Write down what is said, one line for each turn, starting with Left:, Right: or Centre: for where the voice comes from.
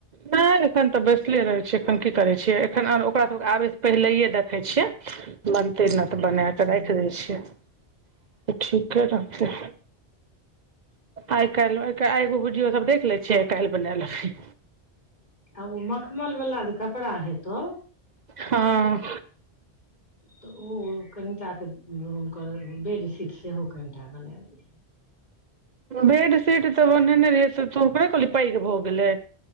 Right: नहि एखन तऽ बैसले रहै छियै एखन की करै छियै एखन ओकरा सभ आबैसँ पहिले देखै छियै बनते ने तऽ बना
Left: किछु
Right: कऽ राखि दै छियै तऽ ठीके रहतै आइ कालहि एगो वीडियो सब देख लै छियै आओर काल्हि बना लेछि
Left: ओ मखमल वाला जे कपड़ा हेतौ
Right: हँ
Left: तऽ ओ कनिटाके हुनकर बेडशीट सेहो कनिटा बना दिय
Right: बेडशीट तऽ बनेने रहि से तूे कहली पैघ भऽ गेलै